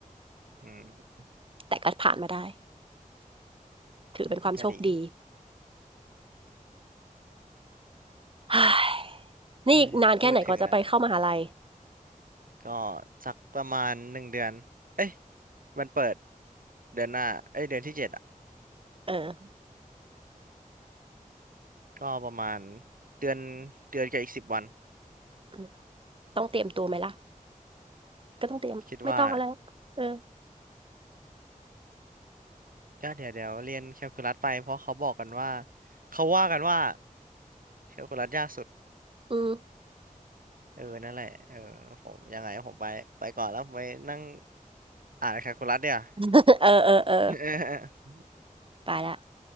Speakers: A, on the right; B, on the right.
A: อืม
B: แต่ก็ผ่านมาได้ถือเป็นความโชคดี
A: อืมก็ดี
B: <sighs> เฮ้ยนี่อีกนานแค่ไหนกว่าจะไปเข้ามหาลัย
A: ได้พูดถึงแล้วก็สักประมาณหนึ่งเดือนเอ้ยมันเปิดเดือนหน้าเอ้ยเดือนที่เจ็ดอ่ะ
B: เออ
A: ก็ประมาณเดือนเดือนกับอีกสิบวัน
B: อืมต้องเตรียมตัวไหมล่ะก็ต้องเตรียมไม่ต้องแล้วเออ
A: คิดว่าก็เดี๋ยวเดี๋ยวเรียนแคลคูลัสไปเพราะเขาบอกกันว่าเขาว่ากันว่าแคลคูลัสยากสุด
B: อืม
A: เออนั่นแหละเออผมยังไงผมไปไปก่อนแล้วผมไปนั่งอ่านแคลคูลัสเดี๋ยว
B: <laughs> เออเออเออ
A: า <laughs>
B: ไปละ